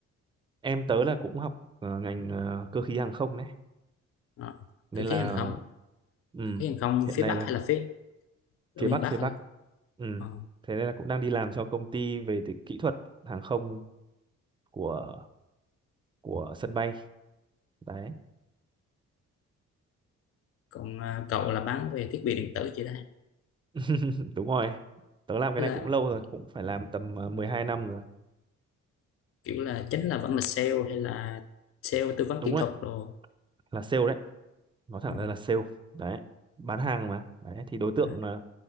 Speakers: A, on the right; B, on the left.
A: em tớ là cũng học ờ, ngành ờ, cơ khí hàng không đấy
B: Ờ,
A: nên
B: cơ
A: là
B: khí hàng không,
A: ừ.
B: cơ khí hàng không
A: hiện
B: phía
A: nay
B: Bắc
A: là
B: hay là phía ở
A: phía
B: miền
A: Bắc
B: Bắc?
A: phía Bắc ừ.
B: Ờ.
A: thế nên là cũng đang đi làm cho công ty về thì kỹ thuật hàng không của của sân bay đấy
B: còn à, cậu là bán về thiết bị điện tử chị ta
A: <laughs> đúng rồi tớ làm cái
B: là
A: này cũng lâu rồi cũng phải làm tầm ờ, 12 năm rồi
B: kiểu là chính là vẫn là sale hay là sale tư vấn
A: đúng
B: kỹ
A: đấy
B: thuật đồ
A: là sale đấy nói thẳng
B: ừ.
A: ra là sale đấy bán hàng mà đấy thì đối tượng
B: ừ,
A: ờ,